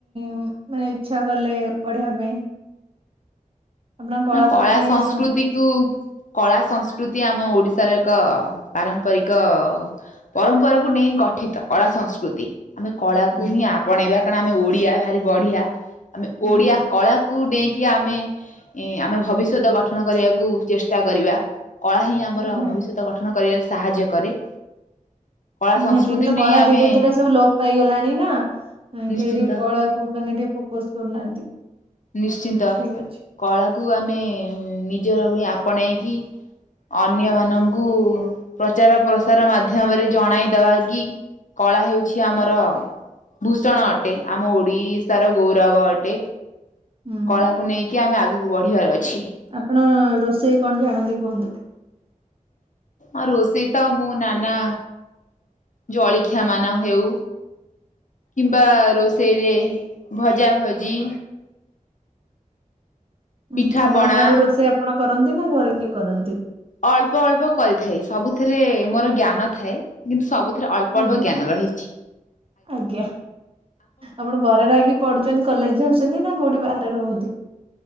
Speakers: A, on the right (about 40°); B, on the left (about 65°).
A: ମାନେ ଇଚ୍ଛା କଲେ ପଢ଼ିବା ପାଇଁ? ଆପଣ
B: ନା କଳା
A: ପ୍ରତି
B: ସଂସ୍କୃତି
A: ସଂ
B: ତୁ କଳା ସଂସ୍କୃତି ଆମ ଓଡ଼ିଶାର ଏକ ପାରମ୍ପରିକ ପରମ୍ପରାକୁୁ ନେଇ ଗଠିତ କଳା ସଂସ୍କୃତି। ଆମେ କଳାକୁହିଁ
A: ହୁଁ
B: ଆପଣେଇବା କାରଣ ଆମେ ଓଡ଼ିଆ ଭାରି ବଢ଼ିଆ ଆମେ
A: ହୁଁ
B: ଓଡ଼ିଆ କଳା କୁ ଡେଇଁକି ଆମେ ଏଁ ଆମେ ଭବିଷ୍ୟତ ଗଠନ କରିବାକୁ ଚେଷ୍ଟା କରିବା କଳାହିଁ ଆମର
A: ନିହାତି।
B: ଭବିଷ୍ୟତ ଗ ଗଠନ କରିବାରେ ସାହାଯ୍ୟ କରେ। କଳା
A: ନିହାତି
B: ସଂସ୍କୃତିକୁ
A: ଏବେତ କଳା
B: ନେଇ ଆମେ
A: ଧୀରେ ଧୀରେ ସବୁ ଲୋପ୍ ପାଇଗଲାଣି ନା।
B: ନିଶ୍ଚିନ୍ତ
A: କେହି ଟିକେ କଳାକୁ ମାନେ ଟିକେ ଫୋକସ୍ କରୁନାହାନ୍ତି।
B: ନିଶ୍ଚିନ୍ତ
A: ଠିକ ଅଛି।
B: କଳାକୁ ଆମେ ନିଜର ବୋଲି ଆପଣେଇକି ଅନ୍ୟ ମାନଙ୍କୁ ପ୍ରଚାର ପ୍ରସାର ମାଧ୍ୟମରେ ଜଣାଇଦବା କି କଳା ହେଉଛି ଆମର ଭୂଷଣ ଅଟେ ଆମ ଓଡ଼ିଶାର ଗୌରବ ଅଟେ।
A: ହୁଁ
B: କଳାକୁ
A: ହୁଁ
B: ନେଇକି ଆମେ ଆଗକୁ ବଢ଼ିବାର ଅଛି।
A: ଆପଣ ରୋଷେଇ କଣ ଜାଣନ୍ତି କୁହନ୍ତୁ?
B: ଆଁ ରୋଷେଇ ତ ମୁଁ ନାନା ଜଳିଖିଆ ମାନ ହେଉ। କିମ୍ବା ରୋଷେଇରେ ଭଜା ଭଜି ପିଠା
A: ଉଁ ହୁଁ ଆପଣଙ୍କ
B: ପଣା
A: ଘରେ ରୋଷେଇ ଆପଣ କରନ୍ତି ନା ଘରେ କିଏ କରନ୍ତି?
B: ଅଳ୍ପ ଅଳ୍ପ କରିଥାଏ ସବୁଥିରେ ମୋର ଜ୍ଞାନ ଥାଏ। କିନ୍ତୁ ସବୁଥିରେ ଅଳ୍ପ
A: ଆଜ୍ଞା
B: ଅଳ୍ପ ଜ୍ଞାନ ରହିଛି।
A: ଆଜ୍ଞା ଆପଣ ଘରେ ରହିକି ପଢ଼ୁଛନ୍ତି କଲେଜ୍‌ ଯାଉଛନ୍ତି ନା କୋଉଠି ବାହାରେ ରୁହନ୍ତି?